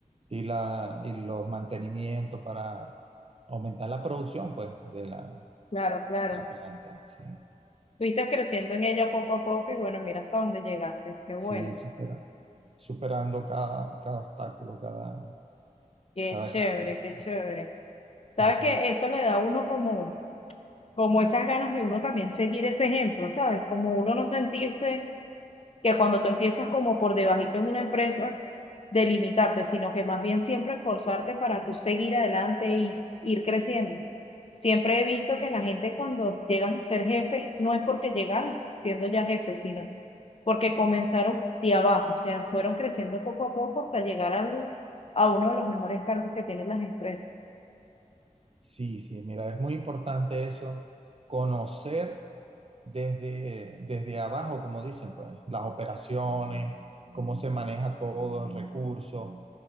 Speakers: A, on the right; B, on the left.
A: y, la, y los mantenimientos para aumentar la producción, pues, de la,
B: claro, claro.
A: la planta, sí.
B: Fuiste creciendo en ella poco a poco y bueno, mira hasta dónde llegaste, qué
A: Sí,
B: bueno,
A: supera- superando cada, cada obstáculo, cada,
B: qué
A: cada
B: chévere,
A: carga. sí.
B: qué chévere. Sabes
A: Ujú.
B: que eso le da a uno como como esas ganas de uno también seguir ese ejemplo, ¿sabes? Como uno no sentirse que cuando tú empiezas como por debajito en una empresa, delimitarte, sino que más bien siempre esforzarte para tú seguir adelante y ir creciendo. Siempre he visto que la gente cuando llegan a ser jefes no es porque llegaron siendo ya jefes, sino porque comenzaron de abajo, o sea, fueron creciendo poco a poco hasta llegar al- a uno de los mejores cargos que tienen las empresas.
A: Sí, sí, mira, es muy importante eso, conocer desde, desde abajo, como dicen, pues, las operaciones, cómo se maneja todo el recurso.